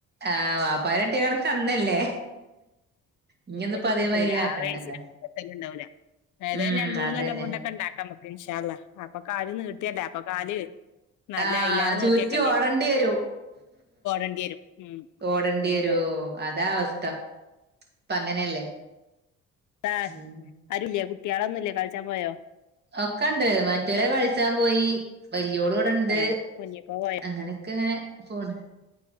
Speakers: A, on the right (about 35°); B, on the left (about 75°).
A: ആഹ് വാപ്പാര് കെട്ടിയ കണക്ക് അന്നല്ലേ ഇഞ്ഞൊന്നിപ്പോ
B: ഇപ്പോ ഇനി
A: അതേമാതിരി
B: കെട്ടൂല
A: ആക്കണ്ടല്ലോ
B: ആ വയസ്സിന് കല്യാണം ഉണ്ടാവൂല പെരെല്ലാം
A: ഉം
B: രണ്ട് മൂന്ന്
A: അതന്നെ
B: കൊല്ലം കൊണ്ടൊക്കെ ഉണ്ടാക്കാം നമുക്ക് ഇൻഷാള്ള അപ്പൊ കാല് നീട്ടല്ലേ അപ്പോ കാല് നല്ല
A: ആ
B: അയിലേറെ
A: ചുറ്റി
B: നീട്ടിയേക്കേണ്ടി
A: ഓടേണ്ടി വരും
B: ഓടേണ്ടി വരും ഉം
A: ഓടേണ്ടി
B: അങ്ങനെക്കാരം
A: വരുവോ അതാ അവസ്ഥ
B: ഉം
A: ഇപ്പം അങ്ങനെയല്ലേ
B: അവിട
A: ഉം
B: ആരും ഇല്ലേ കുട്ടികളൊന്നുംഇല്ലേ കളിച്ചാൻ പോയോ
A: ഒക്കെ ഉണ്ട് മറ്റവര് കളിച്ചാൻ പോയി വലിയോള് ഇവിടുണ്ട്
B: ഏ കുഞ്ഞിക്കോ പോയോ
A: അങ്ങനെ ഒക്കെ ഇങ്ങനെ പോണ്